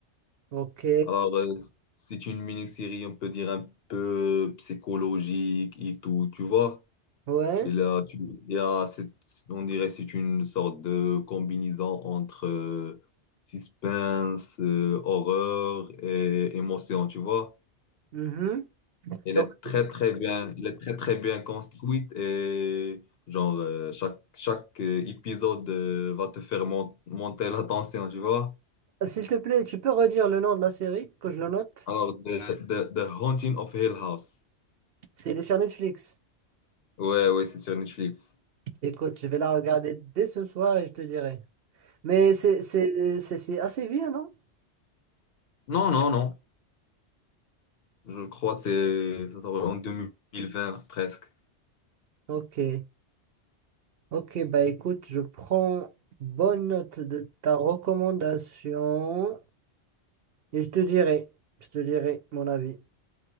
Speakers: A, on the right (about 65°); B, on the left (about 60°).
A: Ok,
B: Alors, euh, c'est une mini-série, on peut dire, un peu psychologique et tout, tu vois.
A: ouais.
B: Et là, tu, il y a, cette- on dirait, c'est une sorte de combinaison entre euh, suspense, euh, horreur et émotion, tu vois.
A: Mhm.
B: Elle
A: Donc,
B: est très très bien, elle est très très bien construite et genre euh, chaque chaque euh, épisode euh, va te faire mon- monter la tension, tu vois.
A: s'il te plaît, tu peux redire le nom de la série, que je le note?
B: Alors The, The, The Haunting of Hill House.
A: C'est elle est sur Netflix.
B: Ouais ouais, c'est sur Netflix.
A: Écoute, je vais la regarder dès ce soir et je te dirai. Mais c'est c'est- c'est- c'est assez vieux, non?
B: Non non non, je crois que c'est ça sort en 2020 presque.
A: Ok. Ok, bah écoute, je prends bonne note de ta recommandation et je te dirai, je te dirai mon avis.